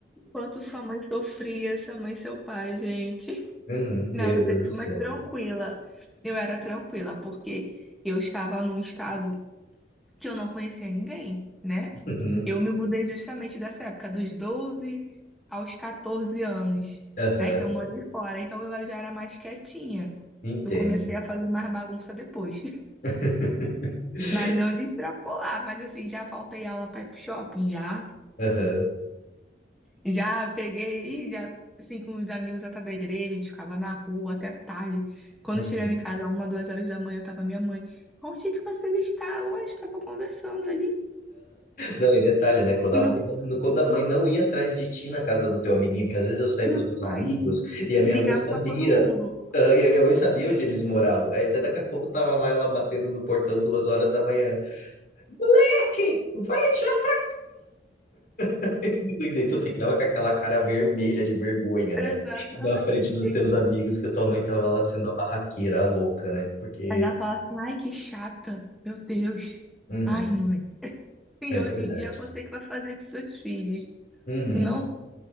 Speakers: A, in the centre; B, on the left.
A: quanto sua mãe sofria, sua mãe e seu pai, gente.
B: Uhum, meu
A: Não, eu
B: Deus
A: sempre
B: do
A: fui
B: céu.
A: mais tranquila. Eu era tranquila, porque eu estava num estado que eu não conhecia ninguém, né?
B: Uhum,
A: Eu me mudei justamente dessa época, dos 12 aos 14 anos,
B: aham,
A: né? Que eu morei fora. Então eu já era mais quietinha.
B: entendo.
A: Eu comecei a fazer mais bagunça depois. <laughs>
B: <laughs>
A: Mas não de extrapolar. Mas assim, já faltei aula para ir pro shopping, já.
B: Aham.
A: Já peguei, já, assim, com os amigos até da igreja, a gente ficava na rua até tarde. Quando
B: uhum.
A: eu chegava em casa, uma, duas horas da manhã, tava minha mãe. Onde é que vocês estavam? A gente tava conversando ali.
B: Não, e detalhe, né? Quando
A: Não,
B: a mãe não, quando a mãe não ia atrás de ti na casa do teu amiguinho, porque às vezes eu saía
A: isso
B: com os meus amigos
A: aí.
B: e a minha
A: Ligava
B: mãe sabia,
A: para todo mundo.
B: ah, e a minha mãe sabia onde eles moravam. Aí daqui a pouco tava lá ela batendo no portão duas horas da manhã. Moleque, vai já! <laughs> E daí tu ficava com aquela cara vermelha de vergonha, né?
A: Exatamente.
B: Na frente dos teus amigos, que a tua mãe tava lá sendo a barraqueira, a louca, né? Porque.
A: Ainda fala assim, ai, que chata, meu Deus.
B: Uhum,
A: Ai, mãe. E
B: é
A: hoje
B: verdade.
A: em dia é você que vai fazer com seus filhos.
B: Uhum.
A: Não,